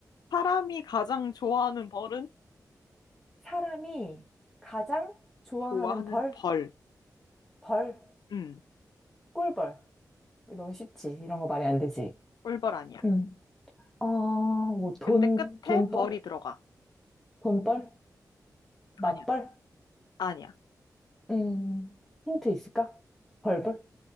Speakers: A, on the left; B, in the centre.
A: 사람이 가장 좋아하는 벌은?
B: 사람이 가장 좋아하는
A: 좋아하는,
B: 벌,
A: 벌.
B: 벌.
A: 음.
B: 꿀벌. 너무 쉽지. 이런 거 말이 안 되지.
A: 꿀벌 아니야.
B: 음. 어, 뭐, 돈,
A: 근데 끝에
B: 돈벌?
A: 벌이 들어가.
B: 돈벌? 맞벌?
A: 아니야. 아니야.
B: 음, 힌트 있을까? 벌벌?